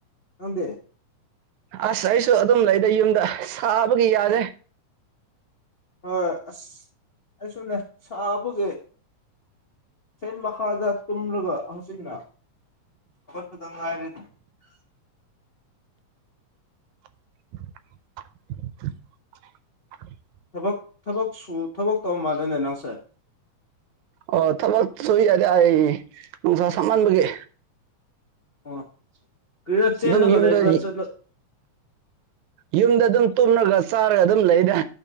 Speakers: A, on the left; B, on the right.
A: ꯅꯗꯦ
B: ꯑꯁ ꯑꯩꯁꯨ ꯑꯗꯨꯝ ꯂꯩꯗꯦ ꯌꯨꯝꯗ ꯁꯥꯕꯒꯤ ꯌꯥꯔꯦ
A: ꯍꯣꯏ ꯑꯁ ꯑꯩꯁꯨꯅꯦ ꯁꯥꯕꯁꯦ ꯐꯦꯟ ꯃꯈꯥꯗ ꯇꯨꯝꯂꯒ ꯍꯧꯆꯅ ꯁꯨꯗꯉꯥꯏꯔ
B: <inaudible>
A: ꯊꯛ ꯊꯕꯛ ꯁꯨ ꯊꯕꯛ ꯇꯧ ꯃꯥꯜꯂꯦꯅꯦ ꯅꯪꯁꯦ
B: ꯑꯣ ꯊꯕꯛ ꯁꯣꯏ ꯌꯥꯗꯦ ꯑꯩ ꯅꯨꯡꯁꯥ ꯁꯝꯃꯥꯟꯕꯒ
A: ꯑꯣ ꯀꯔꯁꯟꯅ
B: ꯑꯗꯨꯝ
A: ꯀ
B: ꯌꯨꯝꯗ
A: ꯏꯕꯁ
B: ꯌꯨꯝꯗ ꯑꯗꯨꯝ ꯇꯨꯝꯂꯒ ꯆꯥꯔꯒ ꯑꯗꯨꯝ ꯂꯩꯗ